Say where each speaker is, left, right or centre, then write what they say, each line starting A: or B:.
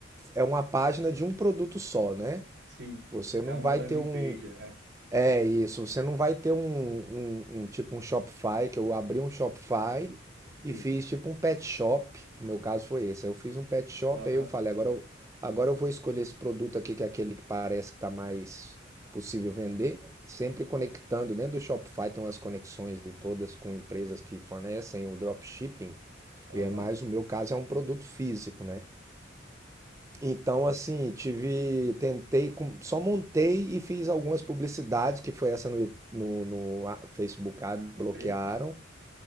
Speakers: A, on the right (about 15°); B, on the right (about 60°).
A: é uma página de um produto só, né?
B: sim,
A: Você não
B: é uma
A: vai
B: landing
A: ter um,
B: page, é,
A: É isso, você não vai ter um, um, um tipo um Shopify, que eu abri um Shopify
B: sim,
A: e fiz tipo um pet shop. O meu caso foi esse. aí Eu fiz um pet shop,
B: aham,
A: aí eu falei, agora eu, agora eu vou escolher esse produto aqui, que é aquele que parece que está mais possível vender, sempre conectando. Dentro do Shopify tem umas conexões de todas com empresas que fornecem o dropshipping,
B: aham,
A: e é mais o meu caso é um produto físico, né? Então, assim, tive, tentei, com- só montei e fiz algumas publicidades, que foi essa no, Yu- no, no a- Facebook Ads, bloquearam.
B: fez, é.